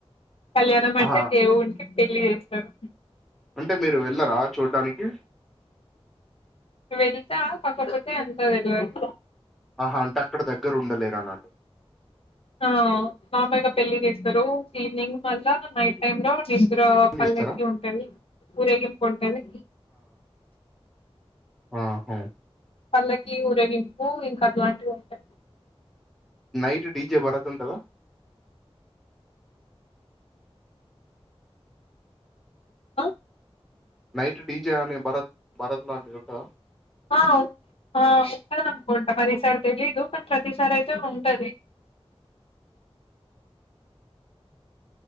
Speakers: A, on the left; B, in the centre.
A: కళ్యాణం అంటే
B: ఆహా
A: దేవుణా పెళ్లి చేస్తర్
B: అంటే మీరు వెళ్ళరా చూడ్డానికి
A: వెళ్తా కాకపోతే అంతది వెలివారు
B: ఆహా అంటే అక్కడ దగ్గర ఉండలేరు అన్నట్టు
A: ఆ మా అమ్మయిగా పెళ్లిి చేసేస్తారు ఈవినింగ్ మళ్ళ నైట్ టైమ్ లో వీగ్గ్ రా పల్లెక్కి
B: ఇస్తారా
A: ఉంటది ఊరేగింపు ఉంటది
B: ఆహుం
A: పల్లకి ఊరేగింపు ఇంకా అట్లాంటివి ఉంటాయి
B: నైట్ డిజే భరత్ <inaudible>
A: ఆ
B: నైట్ డీజే అనే భరత్ భరత్ లాంటిది ఉంటదా
A: అ ఆ ఉంటది అనుకుంటా మరీసారి తెలీదు ప ప్రతిసారి అయితే ఉంటది